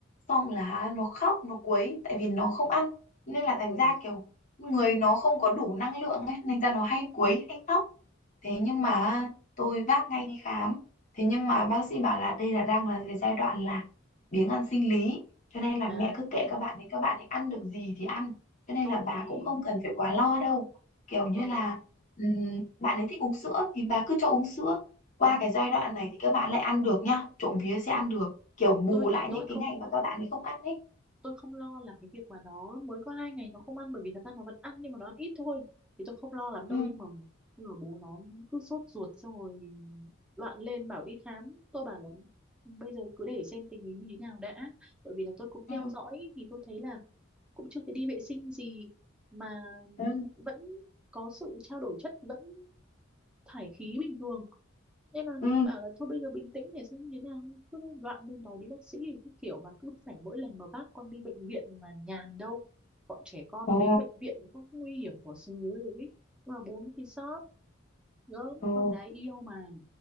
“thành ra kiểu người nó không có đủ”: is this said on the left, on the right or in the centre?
Left